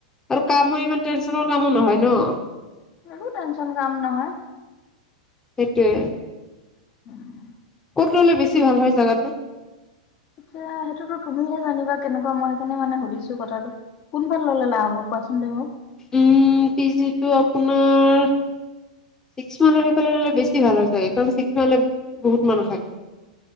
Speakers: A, on the left; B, on the left.
A: আৰু কামৰ ইমান টেনচনৰ কামো নহয় ন।
B: একো টেনশচন কাম নহয়।
A: সেইটোৱে।
B: উম।
A: ক'ত ললে বেছি ভাল হয় জাগাটো?
B: এতিয়া সেইটোতো তুমিহে জানিবা কেনেকুৱা মই সেইখিনে মানে সুধিছো কথাটো। কোন ফালে ললে লাভ হ'ব কোৱাচোন তুমি মোক?
A: উম, পিজিটো আপোনাৰ ছিক্স মাইলৰ সেই ফালে বেছি ভাল হয় চাগে কাৰণ ছিক্স মাইলত বহুত মানুহ থাকে।